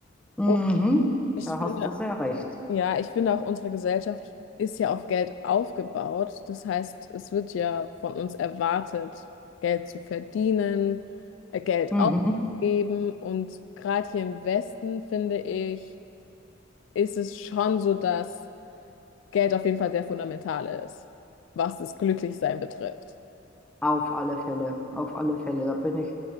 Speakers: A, in the centre; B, on the left (about 75°).
A: Mhm,
B: Und ich
A: da
B: finde
A: hast du sehr recht.
B: Ja, ich finde auch, unsere Gesellschaft ist ja auf Geld aufgebaut. Das heißt, es wird ja von uns erwartet, Geld zu verdienen, äh, Geld
A: Mhm.
B: auszugeben. Und gerade hier im Westen, finde ich, ist es schon so, dass Geld auf jeden Fall sehr fundamental ist, was das Glücklichsein betrifft.
A: Auf alle Fälle, auf alle Fälle. Da bin ich